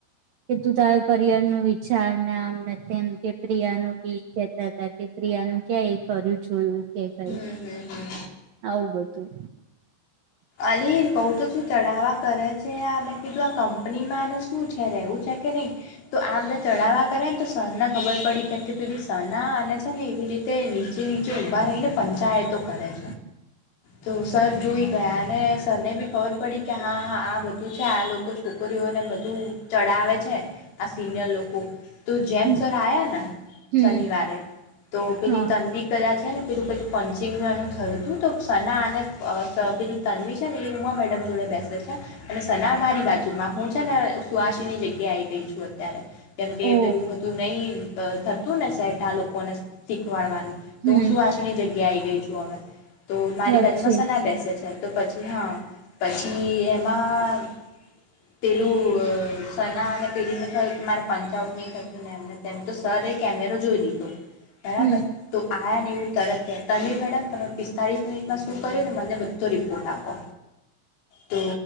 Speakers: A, on the right (about 65°); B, on the left (about 75°).
A: કે તું તારા કરિયર નું વિચાર ને આમ ને તેમ. કે પ્રિયા ન બી કહેતા હતા કે પ્રિયા નું ક્યાં એ કર્યું જોયું. કે કઈ,
B: હમ હમ હમ
A: આવું બધું.
B: અલી બઉ તો શું ચઢાવવા કરે છે મેં કીધું આ કંપનીમાં અને શું છે રહેવું છે કે નહીં. તો આ બધા ચઢાવવા કરે ને તો સના ખબર પડી કેમ કે પે સના આને છે ને એવી રીતે તે નીચે નીચે ઊભા રહીને પંચાયતો કરે
A: હ
B: છે.
A: <inaudible>
B: તો સર જોઈ તને સરને બી ખબર પડી કે હા હા આ બધું છે આ લોકો છોકરીઓને બધું ચડાવે છે આ સિનિયર લોકો તો જેમ
A: હમ
B: સર આ્યા ને
A: હમ
B: શનિવારે તો પેલી
A: હા
B: તનવિ કરયા છે ને પીજું કઈક પંચિંગ ન એનું થયું હતું તો સના અનેને પેલી તન્વી છે ને એ ઉમા મેડમ જોડે બેસે છે અને સના મારી બાજુમાં હું છે ને સુ આસી ની જગ્યા આઈ ગઈ છું અત્યારે કેમ કે
A: ઓ
B: પેલું હતું નહી થતું ને શેટ આ લોકોને શીખવાડવાનું તો
A: હમ
B: હું શું ની જગ્યા આવી ગઈ છું હવે તો મારી
A: વચ્ચે
B: બાજુમાં સના બેેસે છે તો પછી હા પછી એમાં પેલું સના અને પેલી ન થયું મારે પંચઉટ થતું ને એમ તેમ તો સર એ કેમેરો જોઈ લીધો બરાબર
A: હમ
B: તો આયા ને એવું તરત તનવી મેડમ તમે પિસ્તાળીસ મિનિટમાં શું કર્યું ને મને બધું તો રિપોર્ટ આપો
A: હ
B: તો